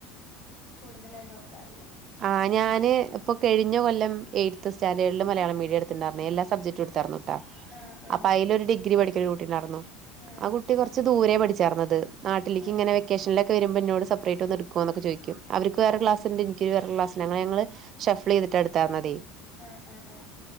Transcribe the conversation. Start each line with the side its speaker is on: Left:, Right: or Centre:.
Left: കൂടുതലായി നോക്കാറില്ല
Right: ആഹ് ഞാന് ഇപ്പം കെഴിഞ്ഞ കൊല്ലം എ ത്ത് സ്റ്റാൻഡേഡില് മലയാളം മീഡിയം എടുത്തിണ്ടാർന്നെ എല്ലാ സബ്ജക്റ്റും എടുത്താർന്നുട്ടാ
Left: ആഹ് ആഹ്
Right: അപ്പൊ അയില് ഒരു ഡിഗ്രി പഠി ഒരു കുട്ടിണ്ടാർന്നു
Left: ആഹ്
Right: ആ കുട്ടി കൊറച്ച് ദൂരെ പഠിച്ചാർന്നത് നാട്ടിലെക്ക്
Left: ആഹ്
Right: ഇങ്ങനെ വെക്കേഷൻല്ക്കെ വരുമ്പോ ഇന്നോട് സപ്പ്റേറ്റ് ഒന്ന് ഇട്ക്കോനൊക്കെചോയിക്കും അവർക്ക് വേറെ
Left: ആഹ്
Right: ക്ലാസ്ണ്ട് ഇ <unintelligible> ഞങ്ങള് ഷഫ്ലള് ചെയ്ട്ട് ഇട്ത്താമതി
Left: അഹ് അഹ് അഹ്